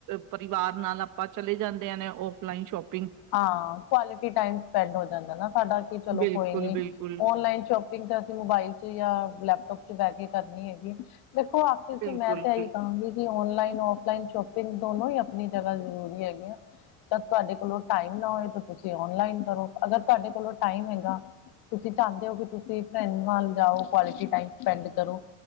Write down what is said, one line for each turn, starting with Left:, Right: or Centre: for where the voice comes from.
Right: ਪਰਿਵਾਰ ਨਾਲ ਆਪਾਂ, ਚਲੇ ਜਾਂਦੇ ਆ ਨੇ ਔਫਲਾਈਨ ਸ਼ੋਪ
Left: ਹਾਂ ਕੁਆਲਿਟੀ ਟਾਈਮ ਸਪੈਂਡ ਹੋ ਜਾਂਦਾ ਨਾ ਸਾਡਾ, ਕਿ ਚਲੋ
Right: ਬਿਲਕੁਲ
Left: ਕੋਈ ਨੀ
Right: ਬਿਲਕੁਲ
Left: ਓਨਲਾਈਨ ਸ਼ੋਪਗ ਅਸੀਂ, ਮੋਬਾਈਲ ਚ ਜਾਂ ਲੈਪਟਾਪ ਚ ਬਹਿ ਕੇ ਕਰਨੀ ਹੈਗੀ। ਵੇਖੋ ਆਖਿਰ ਚ
Right: ਬਿਲਕੁਲ
Left: ਮੈਂ ਤੇ ਇਹੀ
Right: ਜੀ
Left: ਕਹਾਂਗੀ ਔਨਲਾਈਨ, ਔਫਲਾਈਨ ਸ਼ੋਪਿੰਗ ਦੋਨੋ ਹੀ ਆਪਣੀ ਜਗ੍ਹਾ ਜ਼ਰੂਰੀ ਹੈਗੀੀਆਂ ਤਾਂ ਤੁਹਾਡੇ ਕੋਲੋਂ ਟਾਈਮ ਨਾ ਹੋਏ ਤਾਂ ਤੁਸੀਂ ਔਨਲਾਈਨ ਕਰੋ, ਅਗਰ ਤੁਹਾਡੇ ਕੋਲੋਂ ਟਾਈਮ ਹੈਗਾ ਤੁਸੀਂ ਚਾਹੁੰਦੇ ਹੋ ਕਿ ਤੁਸੀਂ ਫਰਡ ਨਾਲ ਜਾਓ, ਕੁਆਲਿਟੀ ਟੈਮ ਸਪੈਂਡ ਕਰੋ।